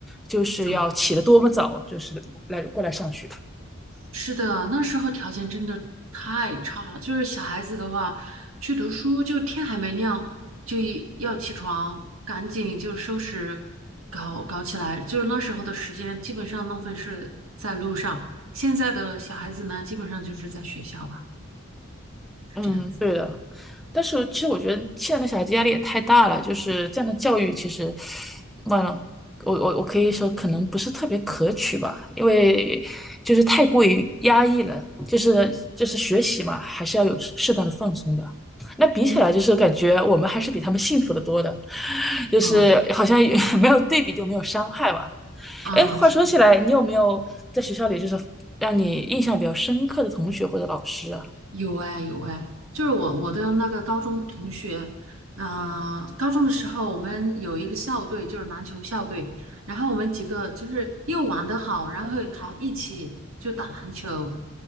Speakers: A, in the centre; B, on the right.
A: 就是要起得多么早，
B: 怎么
A: 就是来过来上学。
B: 是的，那时候条件真的太差了。就是小孩子的话，去读书就天还没亮就一要起床，赶紧就收拾搞搞起来。就是那时候的时间基本上浪费是在路上。现在的小孩子呢，基本上就是在学校吧，是这样子。
A: 嗯，但是其实我觉得现在的小孩子压力也太大了，就是这样的教育其实，完了，我我我可以说可能不是特别可取吧，因为就是太过于压抑了，就是就是学习嘛，还是要有适适当的放松的。那比起来，
B: 嗯，
A: 就是感觉我们还是比他们幸福的多的，就是好像也
B: 嗯，是
A: <laughs> 没有对比就没有伤害吧。
B: 啊，
A: 哎，话说起来，
B: 嗯是的。
A: 你有没有在学校里就是让你印象比较深刻的同学或者老师啊？
B: 有哎有哎，就是我我的那个高中同学，嗯、高中的时候我们有一个校队，就是篮球校队，然后我们几个就是又玩得好，然后还一起就打篮球，